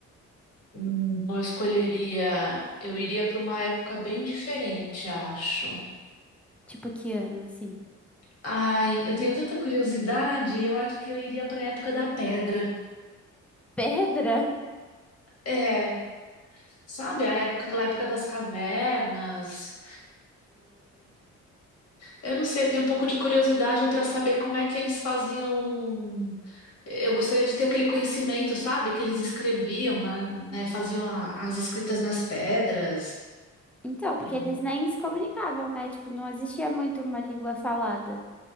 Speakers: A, on the left; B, in the centre.
A: hum, eu escolheria, eu iria para uma época bem diferente, acho.
B: Tipo, que ano, assim?
A: Ai, eu tenho tanta curiosidade, eu acho que eu iria para a época da pedra.
B: Pedra?
A: É, sabe, a época, aquela época das cavernas. Eu não sei, eu tenho um pouco de curiosidade para saber como é que eles faziam. Eu gostaria de ter aquele conhecimento, sabe? Que eles escreviam, na- né? Faziam a- as escritas nas pedras.
B: Então, porque
A: É.
B: eles nem se comunicavam, né? Tipo, não existia muito uma língua falada.